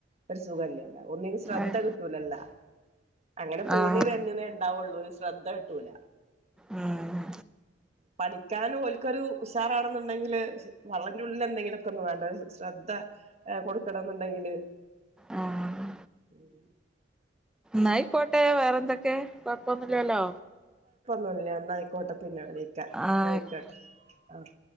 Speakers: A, on the right; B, in the centre.
A: ഒരു സുഖല്ലല്ല ഒന്നേ ശ്രദ്ധ
B: ആഹ്
A: കിട്ടൂലല്ല അങ്ങനെ ഫോണി
B: ആഹ്
A: വരുന്നതേ ഉണ്ടാവുള്ളൂ ശ്രദ്ധ കിട്ടൂല
B: ഉം
A: പഠിക്കാനും ഓല്ക്കൊരു ഉഷാറാണെന്നുണ്ടെങ്കില് വള്ളന്റെ ഉള്ളിഎന്തെങ്കിലുവൊക്കെ ഒന്നും വേണ്ട ശ്രദ്ധ ഏഹ് കൊടുക്കണം എന്നുണ്ടെങ്കില്
B: ആഹ്
A: ഉം
B: ന്നായികോട്ടെ വേറെ എന്തൊക്കെ കുഴപ്പോന്നില്ലാല്ലോ
A: നല്ലാന്നായിക്കോട്ടെ പിന്നെ വിളിക്കാ
B: ആഹ്
A: ഓയിക്കോട്ടെ ആഹ്